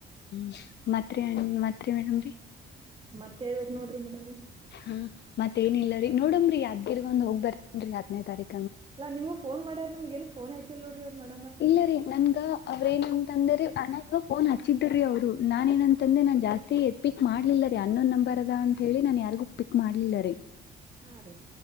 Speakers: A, on the left (about 60°); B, on the right (about 25°).
A: ಹ್ಮ್ ಮಾತ್ರಿ ಮಾತ್ರಿ ಮೇಡಮ್ ರೀ
B: ಮತ್ತೆ ನೋಡ್ರಿ ಬೇಡವ್ರರಿ
A: ಹಾ ಮತ್ತೇಏನಿಲ್ಲಲ್ಲರರಿ ನೋಡಮ್ರೀ ಅದ್ಗಿರ್ಗೊ್ ಹೋಗ್ ಬರ್ತನ್ರರಿ ಹದ್ನೇ ತಾರೀಕು
B: ಅಾ ನಿಮಗ ೋನ್ ಮಾಡಾರ ನಮ್ ನ್ಫೋನ್ ಹಾಿಿಲ್ಲ ನೋಡ್ರ ಅವ್ ಮಾಡಿ
A: ಇಲ್ಲ ರೀ ನನ್ಗ ಅವ್ರ ಏನಂತಂದ್ರ ಅನ ಫೋನ್ ಹಚ್ಚಿದ ತಿರಿ ಅವರು <unintelligible> ನಾನ್ ಏನಂತ ಅಂದೆ ನಾನ್ ಜಾಸ್ತಿ ಎತ್ಪಿಕ್ <unintelligible> ಮಾಡ್ಲಿಲ್ಲ ರೀ ಯ <unintelligible> ಅನ್ನೊಂದ ನಂಬರ್ ಅದ ಅಂತ ಹೇಳಿ ನನ್ ಯಾರಿಗ ಪಿಕ್ ಮಾಡ್ಲಿಲ್ಲ ರೀ
B: ಹಾ ರೀ